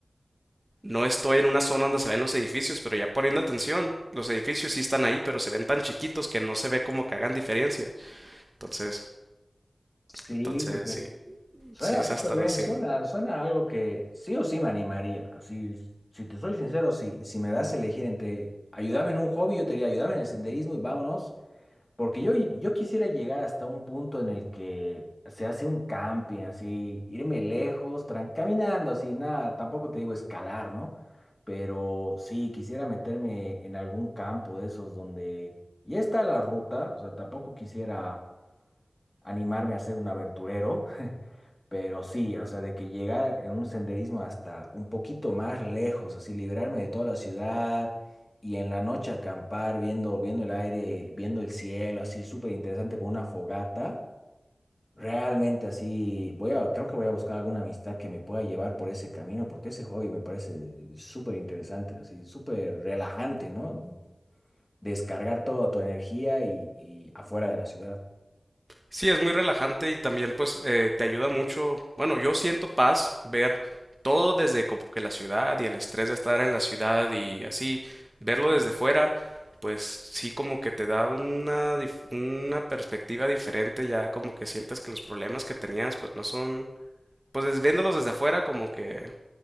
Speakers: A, on the right (about 20°); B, on the left (about 20°).
A: No estoy en una zona donde se ven los edificios, pero ya poniendo atención, los edificios sí están ahí, pero se ven tan chiquitos que no se ve como que hagan diferencia. Entonces,
B: Sí,
A: entonces
B: porque
A: sí,
B: suena
A: sí es
B: súper
A: hasta la
B: bien,
A: cima.
B: suena, suena a algo que sí o sí me animaría. Así, si te soy sincero, si, si me das a elegir entre ayudarme en un hobby, yo te diría ayudarme en el senderismo y vámonos. Porque yo, yo quisiera llegar hasta un punto en el que se hace un camping, así, irme lejos, tran- caminando, así, nada, tampoco te digo escalar, ¿no? Pero sí, quisiera meterme en algún campo de esos donde ya está la ruta, o sea, tampoco quisiera animarme a ser un aventurero, <laughs> Pero sí, o sea, de que llegar en un senderismo hasta un poquito más lejos, así liberarme de toda la ciudad y en la noche acampar viendo, viendo el aire, viendo el cielo, así súper interesante con una fogata. Realmente así, voy a, creo que voy a buscar alguna amistad que me pueda llevar por ese camino, porque ese hobby me parece súper interesante, así súper relajante, ¿no? Descargar toda tu energía y, y afuera de la ciudad.
A: Sí, es muy relajante y también pues eh, te ayuda mucho. Bueno, yo siento paz ver todo desde como que la ciudad y el estrés de estar en la ciudad y así, verlo desde fuera, pues sí como que te da una, dif- una perspectiva diferente, ya como que sientes que los problemas que tenías pues no son pues des- viéndolos desde afuera como que